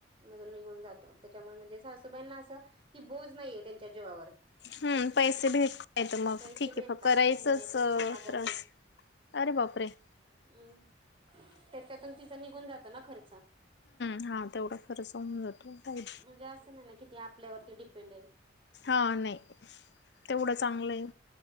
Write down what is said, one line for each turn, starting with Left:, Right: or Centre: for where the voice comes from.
Right: मधून निघून जातो, त्याच्यामुळ म्हणजे सासूबाईंना असं, ती बोज नाहीये, त्यांच्या जीवावर.
Left: हम्म, पैसे भेटतायत मग,
Right: पैसे
Left: ठीक
Right: भेटतात
Left: ये, <unintelligible> करायचंच
Right: महिन्याचे सहा हजार
Left: त्रास. अरे बापरे!
Right: हम्, त्याच्यातून तिचा, निघून जातो ना खर्च.
Left: हां, तेवढा खर्ंच होऊन जातो. काही
Right: म्हणजे असं नाही ना, कि ती आपल्यावरती डिपेंड ये?
Left: हा, नही, तेवढं चांगलं य.